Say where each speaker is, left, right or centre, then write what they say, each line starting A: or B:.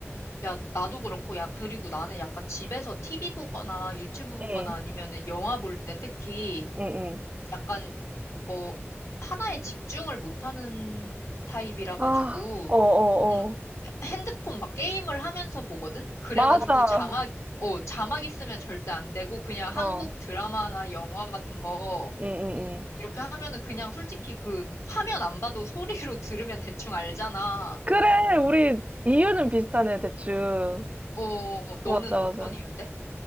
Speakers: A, on the left; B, on the right.
A: 야, 나도 그렇고, 야, 그리고 나는 약간 집에서 TV 보거나 유튜브 보거나
B: 응,
A: 아니면은 영화 볼 때 특히
B: 응, 응.
A: 약간, 어, 하나에 집중을 못하는 타입이라 가지고,
B: 아, 어어어.
A: 음, 핸드폰 막 게임을 하면서 보거든? 그래가지고
B: 맞아.
A: 자막, 어, 자막 있으면 절대 안 되고 그냥 한국
B: 어.
A: 드라마나 영화 같은 거
B: 응, 응, 응.
A: 이렇게 하면은 그냥 솔직히 그 화면 안 봐도 소리로 <laughs> 들으면 대충 알잖아.
B: 그래, 우리 이유는 비슷하네, 대충.
A: 어, 너는
B: 맞아,
A: 어떤
B: 맞아.
A: 이유인데?